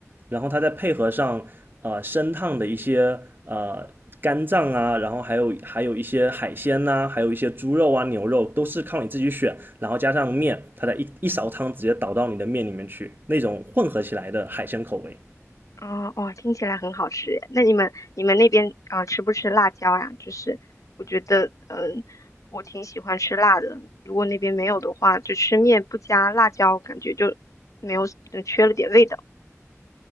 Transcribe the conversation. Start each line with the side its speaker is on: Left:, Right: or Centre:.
Right: 然后它再配合上呃生烫的一些呃肝脏啊，然后还有还有一些海鲜呐、啊还有一些猪肉啊、牛肉，都是靠你自己选，然后加上面，它的一一勺汤直接倒到你的面里面去，那种混合起来的海鲜口味。
Left: 哦哦，听起来很好吃耶。那你们你们那边啊，吃不吃辣椒呀？就是我觉得嗯、呃我挺喜欢吃辣的。如果那边没有的话，就吃面不加辣椒，感觉就没有，就缺了点味道。